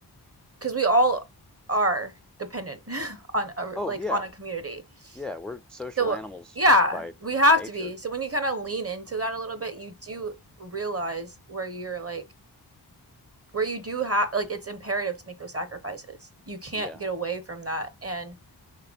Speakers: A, on the right (about 35°); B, in the centre.
A: because we all are dependent <laughs> on a
B: Oh,
A: like
B: yeah.
A: on a community
B: Yeah, we're social
A: so
B: animals
A: yeah
B: by
A: we have
B: nature.
A: to be so when you kind of lean into that a little bit you do realize where you're like where you do have like it's imperative to make those sacrifices you can't
B: Yeah.
A: get away from that and